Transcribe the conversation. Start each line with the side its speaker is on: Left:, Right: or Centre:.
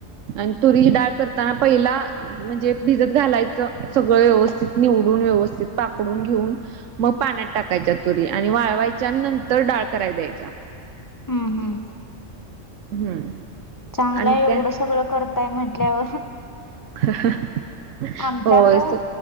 Right: आणि तुरीची डाळ करताना पहिला म्हणजे भिजत घालायचं सगळं व्यवस्थित. निवडून व्यवस्थित पाकडून घेऊन मग पाण्यात टाक कायच्या तुरी आणि वाळवायच्या नंतर डाळ करायला द्यायच्या.
Left: हम्म हम्म.
Right: हम्म.
Left: चांगलं
Right: आणि
Left: हाय एवढं
Right: काय
Left: सगळं करताय म्हंटल्यावर.
Right: <unintelligible>
Left: आमच्यात
Right: होय